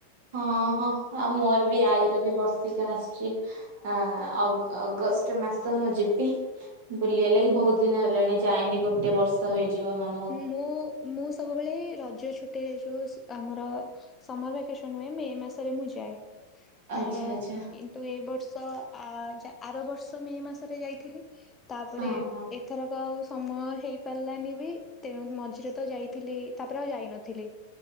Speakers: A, on the right; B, on the left.
A: ହଁ ହଁ ହଁ ମୋର ବି ଆଈର ବି ବର୍ଷିକିୟା ଆସୁଛି। ହ ଅଗ- ଅଗଷ୍ଟ ମାସ ମୁଁ ଯିବି ବୁଲିବାଲିକାକି ବହୁତ ଦିନ ହେଲାଣି ଯାଇନି ଗୋଟେ ବର୍ଷ ହେଇଯିବ ମୋର
B: ହୁଁ ମୁଁ ମୁଁ ସବୁବେଳେ ଇଏଇ ରଜ ଛୁଟିରେ ଯୋଉ ଆମର ସମର ଭେକେସନ ହୁଏନି ମେ ମାସ ସେତେବେଳେ ମୁଁ ଯାଏ।
A: ଆଚ୍ଛା ଆଚ୍ଛା
B: ତୁ ଏ ବର୍ଷ ଆ-ଆର ବର୍ଷ ମେ ମାସରେ ଯାଇଥିଲି ତାପରେ
A: ହଁ
B: ଏ ଏପ
A: ହଁ
B: ଏଥରକ ଆଉ ସମୟ ହେଇ ପାରିଲାନି ବି। ତେଣୁ ମଝିରେ ତ ଯାଇଥିଲି ତାପରେ ଆଉ ଯାଇନଥିଲି